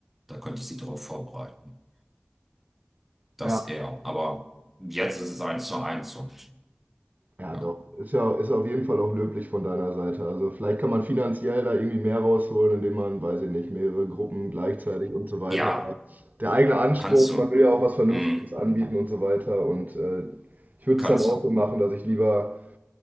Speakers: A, in the centre; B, on the right.
A: da könnte ich sie darauf vorbereiten. Das
B: ja,
A: eher. Aber jetzt ist es eins zu eins und
B: ja,
A: ja.
B: doch. Ist ja, ist auf jeden Fall auch löblich von deiner Seite. Also vielleicht kann man finanziell da irgendwie mehr rausholen, indem man, weiß ich nicht, mehrere Gruppen gleichzeitig und so weiter.
A: Ja,
B: Oder der eigene Anspruch,
A: kannst du.
B: man will ja auch was Vernünftiges
A: Hm,
B: anbieten und so weiter. Und äh, ich würde
A: kannst
B: es dann auch
A: du.
B: so machen, dass ich lieber